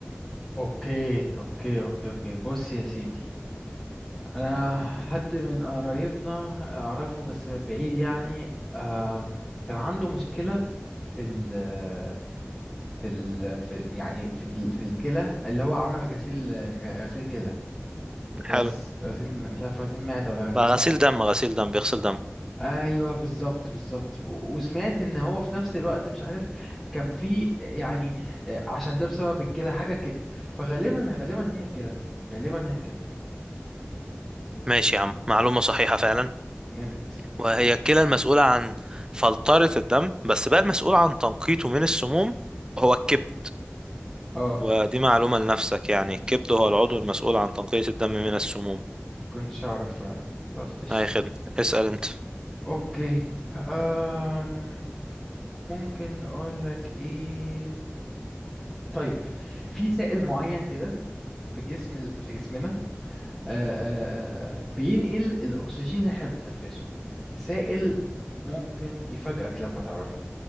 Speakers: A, in the centre; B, on the right.
A: اوكي اوكي اوكي اوكي بص يا سيدي انا حد من قرايبنا اعرفه بس من بعيد يعني أم، كان عنده مشكلة في ال في ال في يعني في ال في الكلى اللي هو عمل غسيل غسيل كلى بس
B: حلو
A: غسيل م- مش عارف غسيل معدة ولا غسيل
B: بقى
A: كلى
B: غسيل دم غسيل دم بيغسل دم
A: ايوه بالظبط بالظبط و- وسمعت ان هو في نفس الوقت مش عارف كان في يعني آه، عشان ده بسبب الكلى حاجه كده فغالبا غالبا هي الكلى يعني غالبا هي الكلى
B: ماشي يا عم معلومة صحيحة فعلا
A: جامد
B: وهي
A: جامد
B: الكلى المسؤولة عن فلترة الدم بس بقى المسؤول عن تنقيته من السموم هو الكبد
A: اه
B: ودي معلومة لنفسك يعني الكبد هو العضو المسؤول عن تنقية الدم من السموم
A: ما كنتش اعرف فعلا خلاص قشطه
B: أي خدمة اسأل أنت
A: اوكي أم ممكن اقول لك ايه طيب في سائل معين كده في جسم ال- في جسمنا آه، آه، آه، آه، بينقل الأكسجين اللي احنا بنتنفسه سائل ممكن يفاجئك لما تعرفه